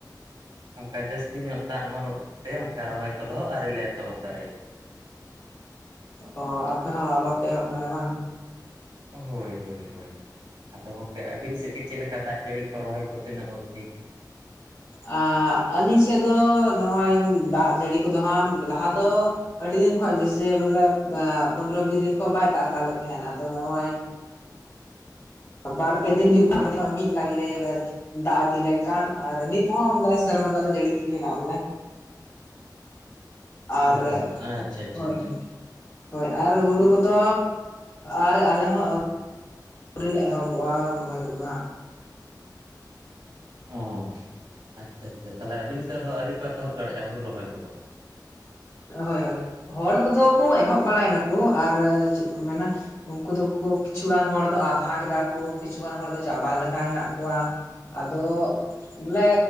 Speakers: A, on the right; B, on the left.
A: ᱚᱱᱠᱟ ᱡᱟᱹᱥᱛᱤ ᱧᱚᱜ ᱫᱟᱜ ᱵᱟᱹᱱᱩᱜ ᱛᱮ, ᱚᱱᱠᱟ ᱨᱚᱦᱚᱭ ᱠᱚᱫᱚ ᱟᱹᱣᱨᱤ ᱞᱮ ᱮᱛᱚᱦᱚᱵ ᱫᱟᱲᱮ
B: ᱚᱻ ᱟᱯᱮ ᱦᱚᱸ ᱵᱟᱯᱮ ᱮᱦᱚᱵ ᱠᱟᱱᱟ ᱵᱟᱝ?
A: ᱦᱳᱭᱻᱦᱳᱭᱻᱦᱳᱭ, ᱟᱫᱚ ᱜᱚᱢᱠᱮ ᱟᱹᱵᱤᱱ ᱥᱮᱫ ᱜᱮ ᱪᱮᱫ ᱞᱮᱠᱟ ᱫᱟᱜ ᱡᱟᱹᱲᱤ ᱠᱚ, ᱨᱚᱦᱚᱭ ᱠᱚ ᱛᱤᱱᱟᱹᱜ ᱚᱵᱽᱫᱤ?
B: ᱟᱸᱻ ᱟᱹᱞᱤᱧ ᱥᱮᱫ ᱫᱚ ᱱᱚᱜᱼᱚᱭ ᱫᱟᱜ ᱡᱟᱹᱲᱤ ᱠᱚᱫᱚ ᱦᱟᱸᱜ ᱞᱟᱦᱟ ᱫᱚ ᱟᱹᱰᱤ ᱫᱤᱱ ᱠᱷᱚᱱ ᱡᱮᱭᱥᱮ ᱵᱚᱞᱮ ᱯᱚᱱᱨᱚ ᱵᱤᱥ ᱫᱤᱱ ᱠᱷᱚᱜ ᱵᱟᱭ ᱫᱟᱜ ᱠᱟᱜ ᱞᱮ ᱛᱟᱦᱮᱸᱫ ᱟᱫᱚ ᱱᱚᱜᱼᱚᱭ ᱵᱟᱨᱯᱮ ᱫᱤᱱ ᱦᱩᱭᱩᱜ ᱠᱟᱱ ᱜᱮ ᱢᱤᱫ ᱞᱟᱝᱞᱮ ᱫᱟᱜ ᱤᱫᱤ ᱞᱮᱱᱠᱷᱟᱱ ᱟᱨ ᱱᱤᱛ ᱦᱚᱸ ᱵᱚᱞᱮ ᱥᱮᱨᱢᱟ ᱫᱟᱜ ᱫᱚ ᱡᱟᱹᱲᱤ ᱛᱮᱜᱮ ᱦᱮᱱᱟᱜᱼᱟ ᱵᱚᱞᱮ ᱾
A: ᱚ
B: ᱟᱨ ᱮ
A: ᱟᱪᱪᱷᱟ ᱟᱪᱪᱷᱟ
B: ᱦᱳᱭᱻ,
A: ᱟᱪᱪᱷᱟ
B: ᱦᱳᱭ ᱟᱨ ᱦᱩᱲᱩ ᱠᱚᱫᱚ ᱟᱨ ᱟᱞᱮ ᱦᱚᱸ ᱟᱹᱣᱨᱤ ᱞᱮ ᱮᱦᱚᱵᱚᱜᱼᱟ ᱾ ᱨᱚᱦᱚᱭ ᱠᱚᱫᱚ ᱦᱟᱸᱜ᱾
A: ᱚᱸ ᱟᱪᱷᱟᱻᱟᱪᱷᱟ, ᱛᱟᱦᱚᱞᱮ ᱟᱹᱵᱤᱱ ᱥᱮᱫ ᱦᱚᱸ ᱟᱹᱣᱨᱤ ᱠᱚ ᱮᱛᱚᱦᱚᱵ ᱫᱟᱲᱮᱭᱟᱜᱼᱟ ᱦᱩᱲᱩ ᱨᱚᱦᱚᱭ ᱠᱚᱫᱚ?
B: ᱦᱳᱭᱻᱦᱳᱭ ᱦᱚᱲ ᱠᱚᱫᱚ ᱠᱚ ᱮᱦᱚᱵ ᱵᱟᱲᱟᱭ ᱫᱟᱠᱚ ᱟᱨ ᱪᱮᱫ ᱠᱚ ᱢᱮᱱᱟ ᱩᱱᱠᱩ ᱫᱚᱠᱚ ᱠᱤᱪᱷᱩ ᱜᱟᱱ ᱦᱚᱲ ᱫᱚ, ᱟᱫᱷᱟ ᱠᱮᱫᱟ ᱠᱚ ᱠᱤᱪᱷᱩ ᱜᱟᱱ ᱦᱚᱲ ᱫᱚ ᱪᱟᱵᱟ ᱞᱮᱠᱟ ᱦᱮᱱᱟᱜ ᱠᱚᱣᱟ᱾ ᱟᱫᱚ ᱵᱚᱞᱮ